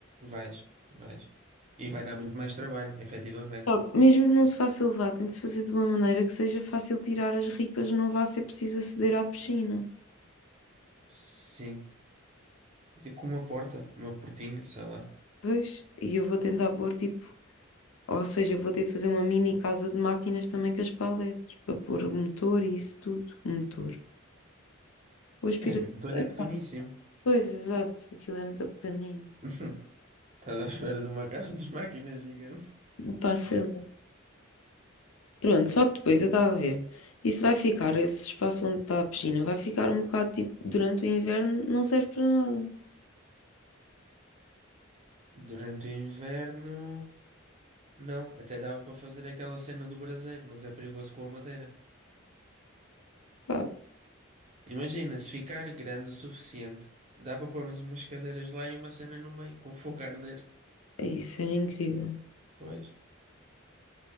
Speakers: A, on the right (about 35°); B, on the left (about 80°).
A: Vais, vais. E vai dar muito mais trabalho, efetivamente.
B: Só que mesmo que não se faça elevado, tem de se fazer de uma maneira que seja fácil tirar as ripas, não vá ser preciso aceder à piscina.
A: Sim. Tipo com uma porta, uma portinha, sei lá.
B: Pois, e eu vou tentar pôr tipo. Ou seja, vou ter de fazer uma mini casa de máquinas também com as paletes, para pôr o motor e isso tudo. O motor. O aspirador.
A: É, o motor
B: Epá,
A: é pequeníssimo.
B: Pois, exato, aquilo é muito pequenino.
A: <laughs> Estás à espera de uma casa de máquinas gigante.
B: Passa Pronto, só que depois eu estava a ver. Isso vai ficar, esse espaço onde está a piscina, vai ficar um bocado tipo, durante o inverno, não serve para nada.
A: Durante o inverno. Não, até dava para fazer aquela cena do braseiro, mas é perigoso com a madeira.
B: Pá,
A: Imagina, se ficar grande o suficiente, dá para pormos umas cadeiras lá e uma cena no meio, com fogo a arder.
B: é isso, era incrível.
A: Pois.